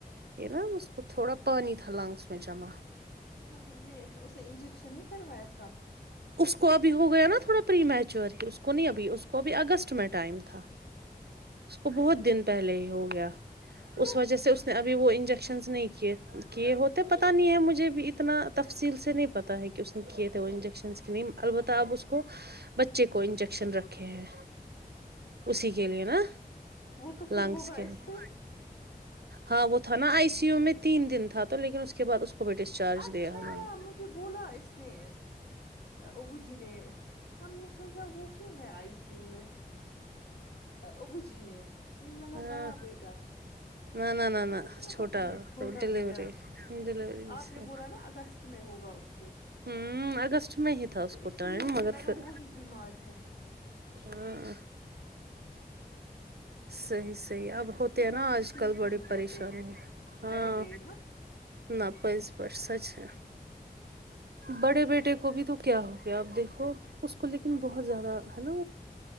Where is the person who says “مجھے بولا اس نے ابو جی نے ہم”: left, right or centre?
Left